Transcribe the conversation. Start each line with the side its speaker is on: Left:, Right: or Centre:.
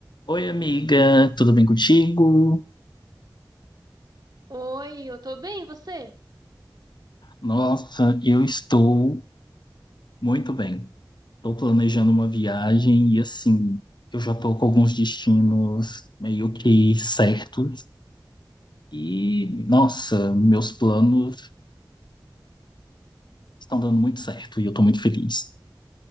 Left: Oi, amiga, tudo bem contigo?
Right: Oi, eu tô bem, e você?
Left: Nossa, eu estou muito bem. Estou planejando uma viagem e, assim, eu já estou com alguns destinos meio que certos. E, nossa, meus planos estão dando muito certo e eu estou muito feliz.